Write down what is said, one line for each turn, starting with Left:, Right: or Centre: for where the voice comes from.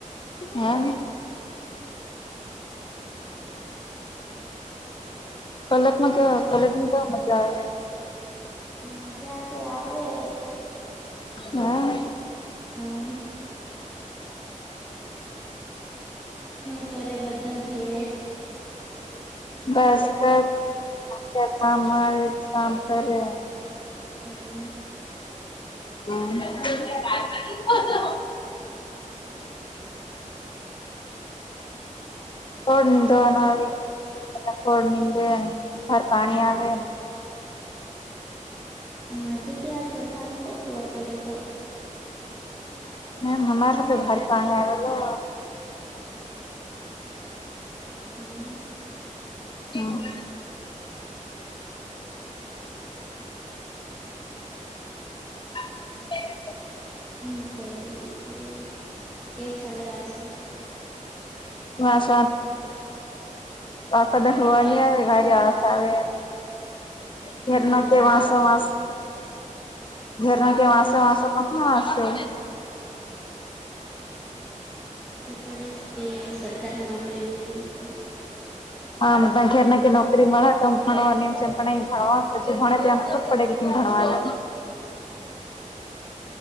Left: હા ભી કોલેજમાં ક્યા મજા આવે.
Centre: મજા તો આવે,
Left: હા
Centre: હ હું કરે બધા ઘેર
Left: બસ ક કેતારી સાં કરરે
Centre: હમ
Left: હ ફોળ નિનીંદવા ના આવી બા ફોળ નીંદે બહાર પાણી આવે
Centre: અમારે તે તે આજર હાથો કલો પડ્યો તો
Left: મેમ હમારે તો ભારે પાણી આવેલો
Centre: હ
Left: હમ <inaudible>
Centre: હું કરું બીજું કેવું સાલે વાસ
Left: માસ કદાચ હોવા નહી આવે ભરી આળસ આવે
Centre: હું
Left: ઘર
Centre: કરે
Left: ન તે
Centre: વાસુ
Left: વાસો વાસ ઘર ના કે વાસ વાસોશે
Centre: પડેસ કે સરકારી નોકરી લઈએ તો
Left: હામ ઘેર ના નોકરી મળે તો ભણો અને એમમ ભાવ જે ભણે એમ ખબ પડે કેમ ભવાન